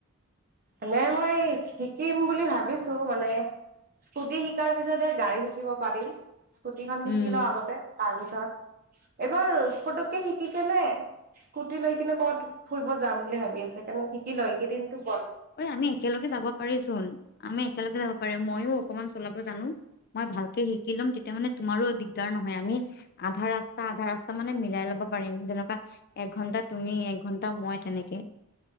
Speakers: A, on the right (about 40°); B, on the left (about 45°).
A: এনে মই শিকিম বুলি ভাবিছো মানে। স্কুটি শিকাৰ পিছতহে গাড়ী শিকিব পাৰিম, স্কুটিখন
B: উম
A: শিকিলো আগতে। তাৰপিছত, এবাৰ ফতুকে শিকি কেনে স্কুটি লৈ কিনে ক'বাত ফুৰিব যাম বুলি ভাবি আছো। সেইকাৰণে শিকি লই এইকিদিনটো বৰ,
B: অঐ আমি একেলগে যাব পাৰি চোন আমি একেলগে যাব পাৰিম ময়ো অকমান চলাব। জানো মই ভালকে শিকি লম তেতিয়া মানে তুমাৰো দিগদাৰ নহয় আমি আধা ৰাস্তা আধা ৰাস্তা মানে মিলাই লব পাৰিম। যেনেকোৱা এক ঘন্টা তুমি এক ঘন্টা মই তেনেকে।